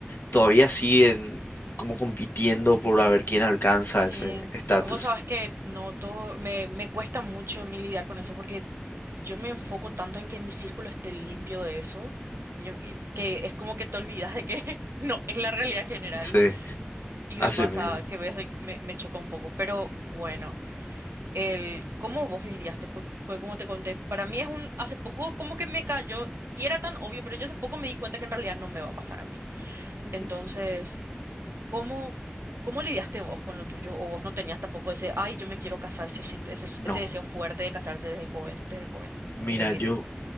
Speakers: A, on the left (about 60°); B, on the right (about 90°).
A: todavía siguen como compitiendo por a ver quién alcanza
B: Sí,
A: ese estatus.
B: vos sabés que no todo, me, me cuesta mucho a mí lidiar con eso porque yo me enfoco tanto en que mi círculo esté limpio de eso, que, yo- que- que es como que te olvidas de que <laughs> no es la realidad general
A: Sí,
B: y
A: así
B: me pasa
A: mismo.
B: que ves, me, me choca un poco, pero bueno, el cómo vos lidiaste, pues, pues como te conté, para mí es un, hace poco como que me cayó y era tan obvio, pero yo hace poco me di cuenta que en realidad no me va a pasar a mí.
A: Ujú.
B: Entonces, ¿cómo, cómo lidiaste vos con lo tuyo? ¿O vos no tenías tampoco ese, ay, yo me quiero casar, sí o sí", ese,
A: No,
B: ese deseo fuerte de casarse desde joven, desde joven,
A: mira,
B: desde neni?
A: yo...